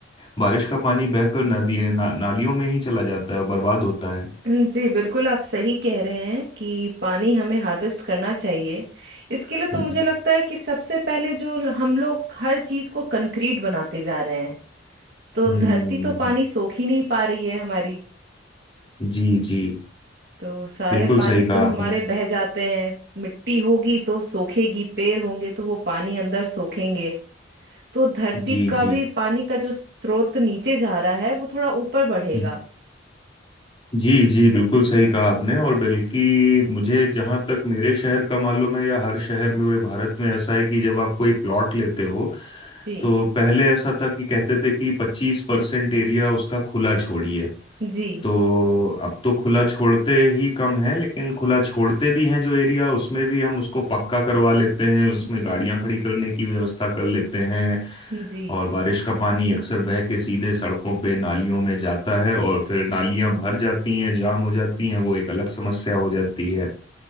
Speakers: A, on the left; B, on the right.
A: बारिश का पानी बहकर नदी ना, नालियों में ही चला जाता है और बर्बाद होता है
B: <clears throat> जी बिल्कुल आप सही कह रहे हैं कि पानी हमें हार्वेस्ट करना चाहिए इसके लिए तो
A: हम्म
B: मुझे लगता है कि सबसे पहले जो ल- हम लोग हर चीज को कंक्रीट बनाते जा रहे हैं तो
A: हम्म,
B: धरती तो पानी सोख ही नहीं पा रही है हमारी
A: जी जी
B: तो सारे
A: बिल्कुल
B: पानी
A: सही कहा
B: तो
A: आपने
B: हमारे बह जाते हैं मिट्टी होगी तो सोखेगी पेड़ होंगे तो वो पानी अंदर सोखेंगे तो धरती
A: जी
B: का
A: जी
B: भी पानी का जो स्रोत नीचे जा रहा है वो थोड़ा ऊपर बढ़ेगा
A: हम्म, जी जी बिल्कुल सही कहा आपने और बल्कि मुझे जहाँ तक मेरे शहर का मालूम है या हर शहर में पूरे भारत में ऐसा है कि जब आप कोई प्लॉट लेते हो
B: जी
A: तो पहले ऐसा था कि कहते थे कि पच्चीस परसेंट एरिया उसका खुला छोड़िए
B: जी
A: तो अब तो खुला छोड़ते ही कम है लेकिन खुला छोड़ते भी हैं जो एरिया उसमें भी हम उसको पक्का करवा लेते हैं उसमें गाड़ियां खड़ी करने की व्यवस्था कर लेते हैं
B: जी
A: और बारिश का पानी अक्सर बह के सीधे सड़कों पे नालियों में जाता है और फिर नालियां भर जाती हैं जाम हो जाती हैं वो एक अलग समस्या हो जाती है